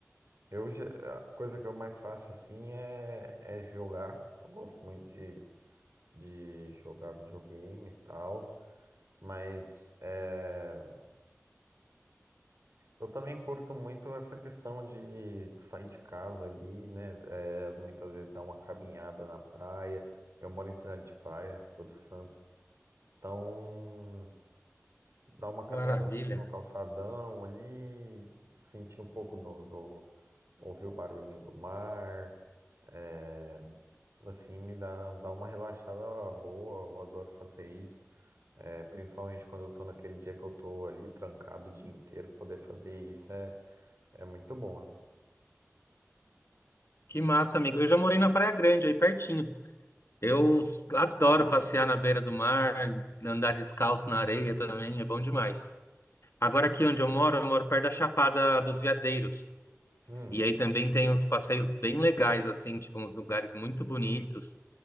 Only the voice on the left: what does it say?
Maravilha.
Que massa, amigo. Eu já morei na Praia Grande, aí pertinho. Eu s- adoro passear na beira do mar, andar descalço na areia também, é bom demais. Agora aqui onde eu moro, eu moro perto da Chapada dos Veadeiros.
E aí também tem uns passeios bem legais, assim, tipo, uns lugares muito bonitos.